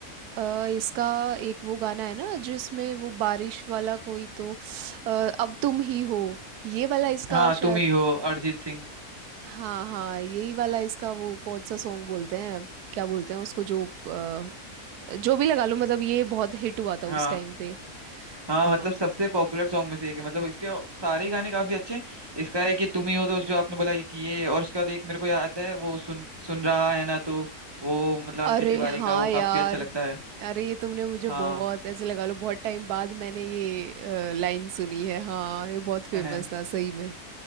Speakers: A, on the right (about 85°); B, on the right (about 15°).
A: अ, इसका एक वो गाना है ना जिसमें वो बारिश वाला कोई तो अ, अब तुम ही हो ये वाला इसका
B: हाँ
A: शायद
B: तुम ही हो अरिजीत सिंह
A: हाँ हाँ यही वाला इसका वो कौन सा सॉन्ग बोलते हैं क्या बोलते हैं उसको जो अ, जो भी लगा लो मतलब ये बहुत हिट हुआ था
B: हाँ
A: उस टाइम पे हाँ
B: हाँ मतलब सबसे पॉपुलर सॉन्ग में से एक है मतलब इसके सारे ही गाने काफी अच्छे हैं इसका है कि तुम ही हो तो जो आपने बोला ये कि ये और उसके बाद एक मेरे को याद है वो सुन सुन रहा है ना तो वो मतलब अंकित
A: अरे
B: तिवारी
A: हाँ
B: का वो काफी
A: यार
B: अच्छा लगता है
A: अरे ये तुमने मुझे
B: हाँ
A: बहुत ऐसे लगा लो बहुत टाइम बाद मैंने ये लाइन सुनी है हाँ ये बहुत
B: <clears throat>
A: फेमस था सही
B: <laughs>
A: में